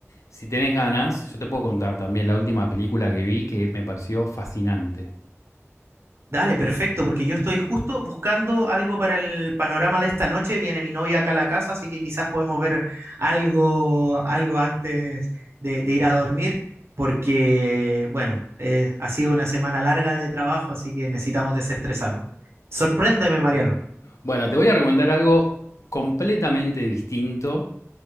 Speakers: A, on the left (about 80°); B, on the right (about 55°).
A: si tenés ganas, yo te puedo contar también la última película que vi que me pareció fascinante.
B: Dale, perfecto, porque yo estoy justo buscando algo para el panorama de esta noche. Viene mi novia acá a la casa, así que quizás podemos ver algo, algo antes de, de ir a dormir, porque, bueno, eh, ha sido una semana larga de trabajo, así que necesitamos desestresarnos. Sorpréndeme, Mariano.
A: Bueno, te voy a recomendar algo completamente distinto,